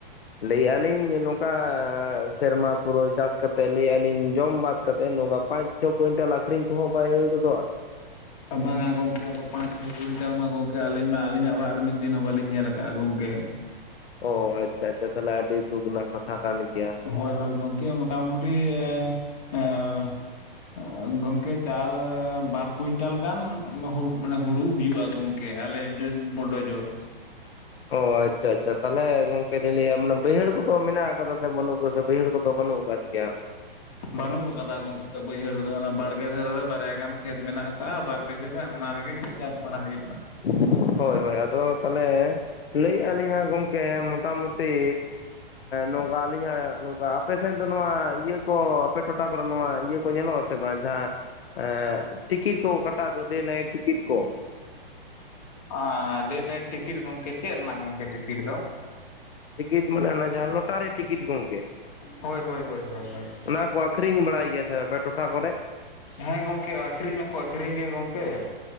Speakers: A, on the left; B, on the left.
A: ᱞᱟᱹᱭᱮᱫᱼᱟ ᱞᱤᱧ ᱱᱚᱝᱠᱟ ᱥᱮᱨᱢᱟ ᱯᱩᱨᱟᱹ ᱪᱟᱥ ᱠᱟᱛᱮᱫ ᱞᱟᱹᱭᱮᱫᱼᱟ ᱞᱤᱧ ᱡᱚᱢ ᱵᱟᱫᱛᱮᱫ ᱱᱚᱝᱠᱟ ᱯᱟᱸᱪᱼᱼ ᱪᱷᱚ ᱠᱩᱭᱤᱱᱴᱟᱞ ᱟᱠᱷᱨᱤᱧ ᱠᱚᱦᱚᱸ ᱵᱟᱭ ᱦᱩᱭ ᱜᱚᱫᱚᱜᱼᱟ᱾
B: ᱵᱟᱝᱼᱟ ᱜᱚᱢᱠᱮ ᱟᱫᱚ ᱯᱟᱸᱪ ᱪᱷᱚ ᱠᱩᱭᱱᱴᱟᱞ ᱢᱟ ᱜᱚᱢᱠᱮ ᱟᱹᱞᱤᱧ ᱢᱟ ᱟᱹᱞᱤᱧᱟᱜ ᱚᱲᱟᱜ ᱨᱮ ᱢᱤᱫ ᱫᱤᱱ ᱦᱚᱸ ᱵᱟᱹᱞᱤᱧ ᱧᱮᱞ ᱟᱠᱟᱜᱼᱟ ᱜᱚᱢᱠᱮ?
A: ᱚ ᱟᱪᱪᱷᱟ ᱟᱪᱪᱷᱟ ᱛᱟᱦᱞᱮ ᱟᱹᱰᱤ ᱫᱩᱠ ᱨᱮᱱᱟᱜ ᱠᱟᱛᱷᱟ ᱠᱟᱱ ᱜᱮᱭᱟ᱾
B: ᱦᱳᱭ ᱦᱳᱭ ᱜᱚᱝᱠᱮ <unintelligible>
A: <inaudible>
B: ᱮᱸ ᱜᱚᱝᱠᱮ ᱪᱟᱨ ᱵᱟᱨ ᱠᱩᱭᱱᱴᱟᱞ ᱜᱟᱱ ᱦᱩᱲᱩ ᱦᱩᱭᱩᱜᱼᱟ ᱜᱚᱝᱠᱮᱼᱼ ᱟᱞᱮ ᱵᱳᱰ ᱡᱳᱨ
A: ᱚ ᱟᱪᱪᱷᱟ ᱟᱪᱪᱷᱟ ᱛᱟᱦᱚᱞᱮ ᱜᱚᱝᱠᱮ ᱞᱤᱧ ᱞᱟᱹᱭᱟ ᱵᱟᱹᱭᱦᱟᱹᱲ ᱠᱚᱫᱚ ᱢᱮᱱᱟᱜ ᱟᱠᱟᱫᱟ ᱥᱮ ᱵᱟᱹᱱᱩᱜᱼᱼ ᱵᱟᱭᱦᱟᱲ ᱠᱚᱫᱚ ᱵᱟᱱᱳᱦ ᱠᱟᱜ ᱜᱮᱭᱟ?
B: ᱵᱟᱹᱱᱩᱜ ᱟᱠᱟᱫᱟ ᱜᱚᱝᱠᱮ ᱵᱟᱹᱭᱦᱟᱹᱲ ᱨᱮᱫᱚ ᱚᱱᱟ ᱵᱟᱲᱜᱮ ᱫᱷᱟᱨᱮ ᱨᱮ ᱵᱟᱨᱭᱟ ᱜᱟᱱ ᱠᱷᱮᱛ ᱢᱮᱱᱟᱜ ᱟᱠᱟᱫᱟ ᱵᱟᱨ ᱵᱤᱜᱷᱟᱹ ᱜᱟᱱᱼᱼ ᱚᱱᱟ ᱨᱮᱜᱮ ᱠᱟᱹᱴᱤᱡ ᱪᱟᱥ ᱵᱟᱲᱟ ᱦᱩᱭᱩᱜᱼᱟ᱾
A: <unintelligible> ᱦᱳᱭ ᱦᱳᱭ ᱟᱫᱚ ᱛᱟᱦᱚᱞᱮ ᱞᱟᱹᱭ ᱮᱜ ᱟᱞᱤᱧ ᱦᱟᱸᱜ ᱜᱚᱝᱠᱮᱼᱼ ᱮ ᱢᱚᱴᱟᱢᱩᱴᱤ ᱱᱚᱝᱠᱟ ᱟᱹᱞᱤᱧᱟᱜ ᱱᱚᱝᱠᱟ, ᱟᱯᱮᱥᱮᱫ ᱫᱚ ᱱᱚᱣᱟᱼᱼ ᱤᱭᱟᱹ ᱠᱚ ᱟᱯᱮ ᱴᱚᱴᱷᱟ ᱠᱚᱨᱮ ᱱᱚᱣᱟ ᱤᱭᱟᱹᱼᱼ ᱧᱮᱞᱚᱜ ᱟᱥᱮ ᱵᱟᱝ ᱡᱟᱦᱟᱸ ᱟ ᱴᱤᱠᱤᱴ ᱠᱚ ᱚᱠᱟᱴᱟᱜ ᱫᱚ ᱰᱮ ᱱᱟᱭᱤᱴ ᱴᱤᱠᱤᱴ ᱠᱚ ᱾
B: ᱟ ᱰᱮ ᱱᱟᱭᱤᱴ ᱴᱤᱠᱤᱴ ᱜᱚᱢᱠᱮ ᱪᱮᱫ ᱨᱮᱱᱟᱜ ᱜᱚᱢᱠᱮ ᱴᱤᱠᱤᱴ ᱫᱚ?
A: ᱴᱤᱠᱤᱴ ᱢᱟᱱᱮ ᱚᱱᱟ ᱡᱟᱦᱟᱸ ᱞᱚᱴᱟᱨᱤ ᱴᱤᱠᱤᱴ ᱜᱚᱢᱠᱮ ᱾
B: ᱦᱳᱭ ᱦᱳᱭ ᱦᱳᱭ ᱦᱳᱭ ᱦᱳᱭ ᱾
A: ᱚᱱᱟ ᱠᱚ ᱟᱹᱠᱷᱨᱤᱧ ᱵᱟᱲᱟᱭ ᱜᱮᱭᱟ ᱥᱮ ᱟᱯᱮ ᱴᱚᱴᱷᱟ ᱠᱚᱨᱮ?
B: ᱦᱮᱸ ᱜᱚᱝᱠᱮ ᱟᱹᱠᱷᱨᱤᱧ ᱢᱟᱠᱚ ᱟᱹᱠᱷᱨᱤᱧ ᱜᱮ ᱜᱚᱝᱠᱮ ᱾